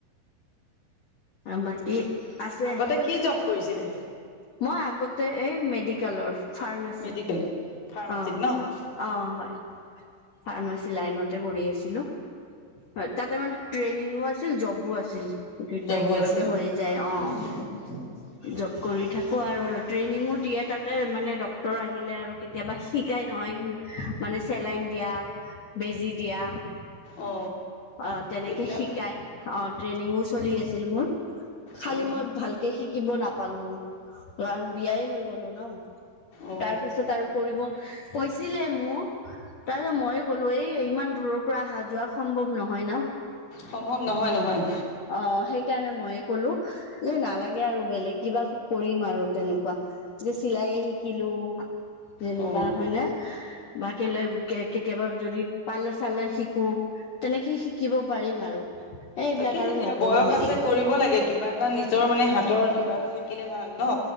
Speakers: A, on the left (about 60°); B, on the left (about 45°).
A: আও বাকী? আছে
B: আগতে কি জব কৰিছিলে?
A: মই আগতে এই মেডিকেলৰ ফাৰ্মাচী।
B: মেডিকেল ফাৰ্মাচীত
A: অ
B: ন?
A: অ, হয়। ফাৰ্মাচী লাইনতে কৰি আছিলো। হয়। তাতে মানে ট্ৰেইনিঙো আছিল জবো আছিল। দুইটা
B: জবো
A: একেলগে
B: আছিলে
A: হৈ যায় অ।
B: <unintelligible>
A: জব কৰি থাকো আৰু ট্ৰেইনিঙো দিয়ে তাতে, মানে ডক্তৰ আহিলে আৰু কে তিয়াবা শিকাই নহয়, মানে চেলাইন দিয়া, বেজি দিয়া।
B: অ
A: অ, তেনেকে
B: এইবিলাক
A: শিকাই অ, ট্ৰেইনিংও চলি আছিল মোৰ। খালি
B: অ
A: মই ভালকে শিকিব নাপালো। ৰু বিয়াই হৈ গলো ন।
B: অ
A: তাৰপিছত আৰু কৰিব কৈছিলে মো। তাৰপিছত মইয়ে ক'লো, এই ইমান দূৰৰ পৰা আহা যোৱা সম্ভৱ নহয় ন?
B: সম্ভৱ নহয় নহয়।
A: অ, সেইকাৰণে মইয়ে ক'লো। য়ে নালাগে আৰু বেলেগ কিবা কৰিম আৰু তেনেকুৱা, যে চিলাইয়ে শিকিলো যেনিবা
B: অ
A: হয় নে, বা কেলে কেতিয়াবা যদি পালাৰ চালাৰ শিকো। তেনেকে শিকিব পাৰিম আৰু। এইবিলাক
B: তাকে
A: আৰু
B: এতিয়া
A: নকৰো
B: বয়স
A: মেডিক
B: আছে কৰিব লাগে কিবা এটা নিজৰ মানে হাতৰ কিবা এটা থাকিলে ভাল ন।